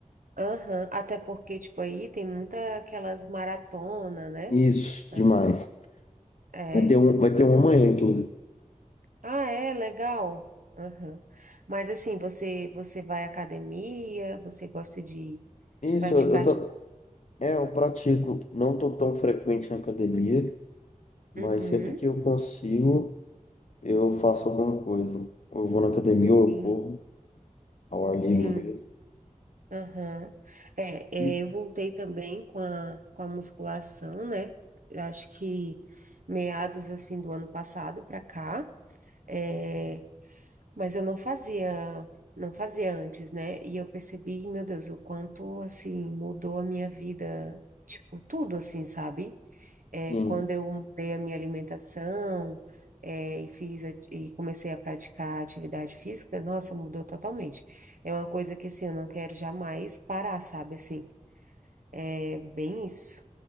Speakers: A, on the right; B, on the left.
A: Aham, Até porque, tipo, aí tem muita aquelas maratona, né?
B: Isso,
A: Assim,
B: demais.
A: é.
B: Vai ter um, vai ter um amanhã, inclusive.
A: Ah, é, legal. Aham. Mas assim, você você vai à academia, você gosta de
B: Isso,
A: praticar,
B: eu, eu, tam-
A: tipo,
B: é, eu pratico. Não tô tão frequente na academia, mas
A: uhum,
B: sempre que eu consigo, eu faço alguma coisa. Ou Eu vou na academia ou
A: sim,
B: eu corro ao ar livre
A: sim,
B: mesmo.
A: aham. É,
B: E
A: é, eu voltei também com a, com a musculação, né? Eu Acho que meados, assim, do ano passado para cá. É. Mas eu não fazia, não fazia antes, né? E eu percebi, meu Deus, o quanto assim mudou a minha vida, tipo, tudo assim, sabe? É,
B: sim,
A: quando eu mudei a minha alimentação, é, e fiz a- e comecei a praticar atividade física, nossa, mudou totalmente. É uma coisa que assim, eu não quero jamais parar, sabe? Assim, é bem isso.